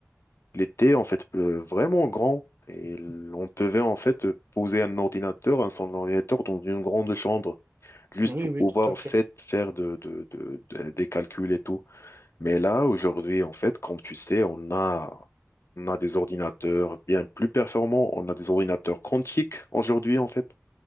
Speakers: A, on the left; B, on the right.
A: il était en fait euh, vraiment grand. Et l- on pouvait en fait euh, poser un ordinateur, un son ordinateur dans une grande chambre, juste
B: Oui,
A: pour
B: oui,
A: pouvoir
B: tout à fait.
A: fait, faire de, de- de- de- des calculs et tout. Mais là, aujourd'hui, en fait, comme tu sais, on a, on a des ordinateurs bien plus performants. On a des ordinateurs quantiques aujourd'hui, en fait,